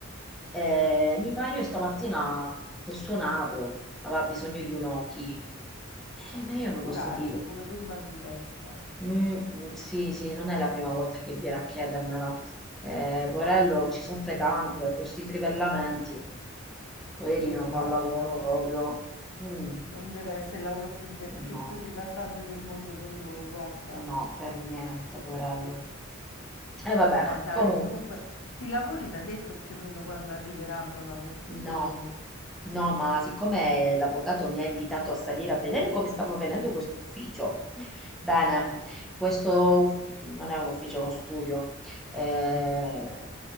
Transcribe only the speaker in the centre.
Eh, mi fa, io stamattina t'ho suonato, aveva bisogno di un occhi. Eh, ma io non
l'ho sentito.
"Mm, mm, sì, sì, non è la prima volta che viene a chiedermelo. Eh, poverello
ci soffre tanto, e con sti trivellamenti. Poverino
fa un lavoro proprio. Mm,
no,
no, per niente, poverello. E
vabbè,
comunque
no no ma siccome l'avvocato mi ha invitato a salire a vedere come stava venendo quest'ufficio bene
questo uff- non è un ufficio è uno studio eh,